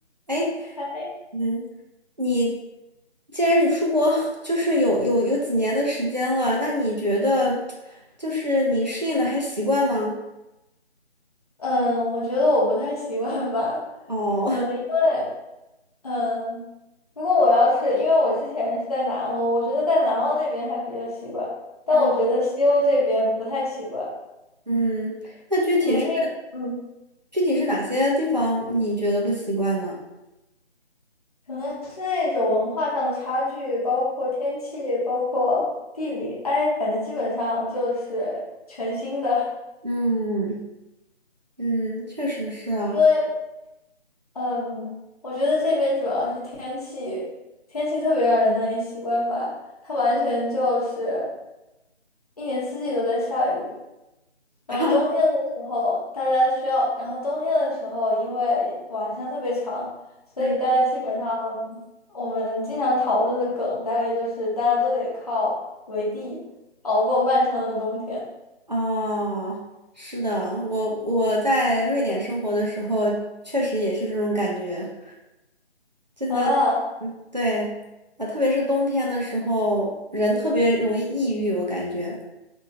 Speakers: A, on the right; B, on the left.
A: 哎，
B: 哎，
A: 嗯，你既然你出国 <laughs> 就是有有有几年的时间了，那你觉得就是你适应的还习惯吗？
B: 嗯，我觉得我不太习惯吧，
A: 哦，
B: 可能因为，嗯，如果我要是，因为我之前是在南欧，我觉得在南欧那边还比较习惯，但我觉得西欧这边不太习惯，
A: <laughs> 嗯嗯，那具体是
B: 可能是因，嗯，
A: 具体是哪些地方你觉得不习惯呢？
B: 可能是那种文化上的差距，包括天气，包括地理，哎，反正基本上就是全新的，
A: 嗯嗯，确实是啊。
B: <laughs> 因为嗯，我觉得这边主要是天气，天气特别让人难以习惯吧。它完全就是一年四季都在下雨，然后冬天的时候大家需要，
A: <laughs>
B: 然后冬天的时候因为晚上特别长，所以大家基本上
A: <coughs> 嗯，
B: 我们经常讨论的梗大概就是大家都得靠围地熬过漫长的冬天
A: 哦，是的，我我在瑞典生活的时候，确实也是这种感觉，真的
B: 啊。
A: 嗯对，呃，特别是冬天的时候，人特别容易抑郁，我感觉。